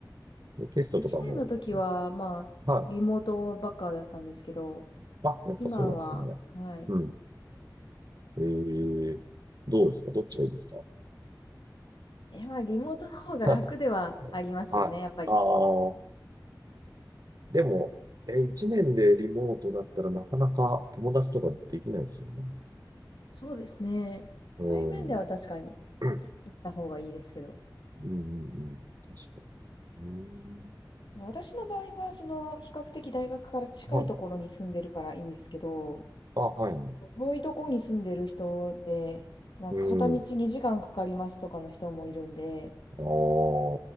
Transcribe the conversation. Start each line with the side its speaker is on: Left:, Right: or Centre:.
Right: テストとかも。
Left: 一年の時は、
Right: うん
Left: まあ、
Right: はい。
Left: リモートばっかだったんですけど、
Right: あ、やっぱそうなんですね。
Left: 今は、はい。
Right: うん。ええどうですかどっちがいいですか
Left: え、まあ、リモートの方が楽ではありますよね、
Right: <laughs> はい。
Left: やっぱり。
Right: ああ、でも、え、一年でリモートだったらなかなか友達とかできないですよね。
Left: そうですね。
Right: う
Left: そういう面では確かに、
Right: ん。うん、
Left: い行った方がいいですけど。
Right: うん、うん。確かに。うん。
Left: 私の場合は、その、比較的大学から近いところに住んでるからいいんですけど、
Right: はい。あ、はい。
Left: 結構遠いところに住んでる人で、なんか片道2時間かかりますとかの人もいるんで、
Right: うん。ああ、